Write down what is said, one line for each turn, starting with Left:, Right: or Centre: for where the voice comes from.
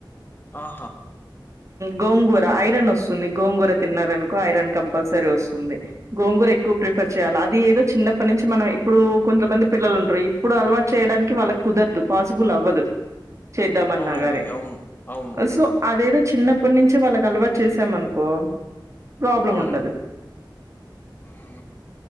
Left: ఆహా
Right: గోంగూర ఐరన్ వస్తుంది గోంగూర తిన్నారనుకో ఐరన్ కంపల్సరీ వస్తుంది గోంగూర ఎక్కువ ప్రిఫర్ చేయాలి అది ఏదో చిన్నప్పటి నుంచి మనం ఇప్పుడు కొంతమంది పిల్లలు ఉంటరు ఇప్పుడు అలవాటు చేయడానికి వాళ్ళకు కుదరదు పాసిబుల్ అవ్వదు చేద్దామన్నాగాని
Left: అవునండి. అవును. అవును.
Right: సో అదేదో చిన్నప్పటి నుంచి వాళ్ళకి అలవాటు చేసాం అనుకో ప్రాబ్లం
Left: అవునండి.
Right: ఉండదు <inaudible>
Left: హ్మ్.